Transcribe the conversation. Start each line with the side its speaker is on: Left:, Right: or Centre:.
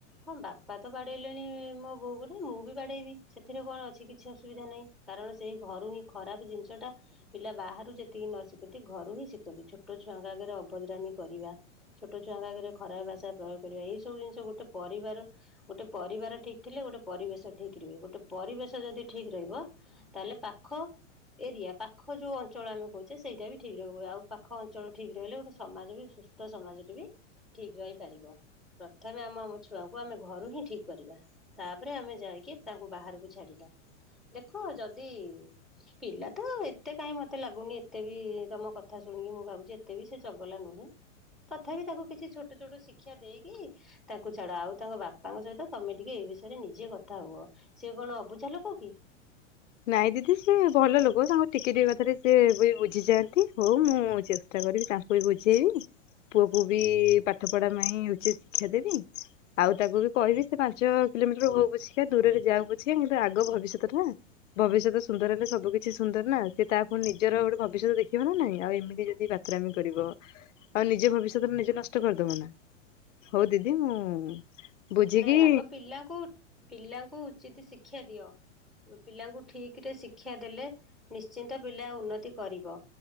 Centre: ହଁ ବାପା ତ ବାଡ଼େଇଲେଣି ମୋ ବୋଉ କ ନା ମୁଁ ବି ବାଡ଼େଇବି ସେଥିରେ କଣ ଅଛି କି କିଛି ଅସୁବିଧା ନାହିଁ କାରଣ ସେଇ ଘରୁ ହିଁ ଖରାପ ଜିନିଷଟା ପିଲା ବାହାରୁ ଯେତିକି ନ ଶିଖନ୍ତି ଘରୁ ହିଁ ଶିଖନ୍ତି ଛୋଟ ଛୁଆଙ୍କ ଆଗରେ ଅଭଦ୍ରାମୀ କରିବା ଛୋଟ ଛୁଆଙ୍କ ଆଗରେ ଖରା ଭାଷା ପ୍ରୟୋଗ କରିବା ଏଇସବୁ ଜିନିଷ ଗୋଟେ ପରିବାର ଗୋଟେ ପରିବାର ଠିକ ଥିଲେ ଗୋଟେ ପରିବେଶ ଠିକ ରୁହେ ଗୋଟେ ପରିବେଶ ଯଦି ଠିକ୍ ରହିବ ତାହେଲେ ପାଖ ଏରିଆ ପାଖ ଯେଉଁ ଅଞ୍ଚଳ ଆମେ କହୁଛେ ସେଇଟା ବି ଠିକ୍ ରହିବ ଆଉ ପାଖ ଅଞ୍ଚଳ ଠିକ ରହିଲେ ଗୋଟେ ସମାଜ ବି ସୁସ୍ଥ ସମାଜଟି ବି ଠିକ୍ ରହିପାରିବ ପ୍ରଥମେ ଆମ ଆମ ଛୁଆଙ୍କୁ ଆମେ ଘରୁ ହିଁ ଠିକ୍ କରିବା ତାପରେ ଆମେ ଯାଇକି ତାଙ୍କୁ ବାହାରକୁ ଛାଡ଼ିବା। ଦେଖ ଯଦି ପିଲା ତ ଏତେ କାହିଁ ମତେ ଲାଗୁନି ଏତେ ବି ତମ କଥା ଶୁଣିକି ମୁଁ ଭାବୁଛି ଏତେ ବି ସେ ଚଗଲା ନୁହେଁ ତଥାପି ତାକୁ କିଛି ଛୋଟ ଛୋଟ ଶିକ୍ଷା ଦେଇକି ତାଙ୍କୁ ଛାଡ ଆଉ ତାଙ୍କ ବାପାଙ୍କ ସହିତ ତମେ ଟିକେ ଏ ବିଷୟରେ ନିଜେ କଥା ହୁଅ ସି କଣ ଅବୁଝା ଲୋକ? ପି
Left: ନାଇଁ ଦିଦି ସେ ଭଲ ଲୋକ ତାଙ୍କୁ ଟିକେ ଟିକେ କଥାରେ ସେ ବି ବୁଝିଯାଆନ୍ତି ହଉ ମୁଁ ଚେଷ୍ଟା କରିବି ତାଙ୍କୁ ବି ବୁଝେଇବି ପୁଅକୁ ବି ପାଠ ପଢା ପାଇଁ ଉଚିତ ଶିକ୍ଷା ଦେବି ଆଉ ତାକୁ ବି କହିବି ସେ ପାଞ୍ଚ କିଲୋମିଟର ହଉ ବୁଝିକା ଦୂରରେ ଯାହାକୁୁଝା କିନ୍ତୁ ଆଗ ଭବିଷ୍ୟତ ଟା ଭବିଷ୍ୟତ ସୁନ୍ଦର ହେଲେ ସବୁ କିଛି ସୁନ୍ଦର ନା ସେ ତା ଫୁଣି ନିଜର ଗୋଟେ ଭବିଷ୍ୟତ ଦେଖିବ ନା ନାଇଁ ଆଉ ଏମିତି ଯଦି ବାତରାମି କରିବ ଆଉ ନିଜ ଭବିଷ୍ୟତରେ ନିଜେ ନଷ୍ଟ କରିଦବ ନା ହଉ ଦିଦି ମୁଁ ବୁଝିକି
Centre: ନାଇଁ ଆଗ ପିଲାଙ୍କୁ ପିଲାଙ୍କୁ ଉଚିତ ଶି ଶିକ୍ଷା ଦିଅ ପିଲାଙ୍କୁ ଠିକ ରେ ଶିକ୍ଷା ଦେଲେ ନିଶ୍ଚିନ୍ତ ପିଲା ଉନ୍ନତି କରିବ